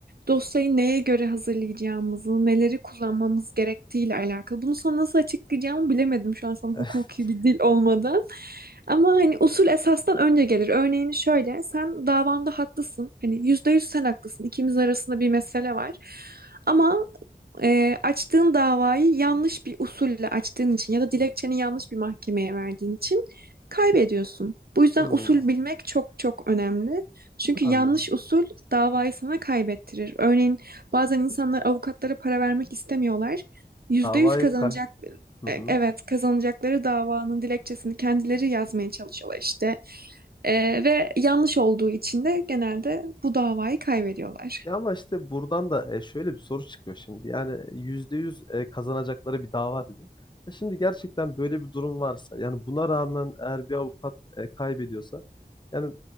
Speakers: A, on the right; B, on the left.
A: dosyayı neye göre hazırlayacağımızı, neleri kullanmamız gerektiğiyle alakalı. Bunu sana nasıl açıklayacağımı bilemedim şu an sana hukuki
B: <laughs>
A: bir dil olmadan. Ama hani usul esastan önce gelir. Örneğini şöyle, sen davanda haklısın. Hani yüzde yüz sen haklısın. İkimiz arasında bir mesele var. Ama e, açtığın davayı yanlış bir usulle açtığın için ya da dilekçeni yanlış bir mahkemeye verdiğin için kaybediyorsun. Bu yüzden
B: Hmm,
A: usul bilmek çok çok önemli. Çünkü
B: anladım.
A: yanlış usul davayı sana kaybettirir. Örneğin bazen insanlar avukatlara para vermek istemiyorlar. Yüzde
B: Davayı
A: yüz kazanacak,
B: kay. Hı
A: e,
B: hı.
A: evet kazanacakları davanın dilekçesini kendileri yazmaya çalışıyorlar işte. E, ve yanlış olduğu için de genelde bu davayı kaybediyorlar.
B: Ya ama işte buradan da e, şöyle bir soru çıkıyor şimdi. Yani %100 e, kazanacakları bir dava dedin. Ya şimdi gerçekten böyle bir durum varsa yani buna rağmen eğer bir avukat e, kaybediyorsa yani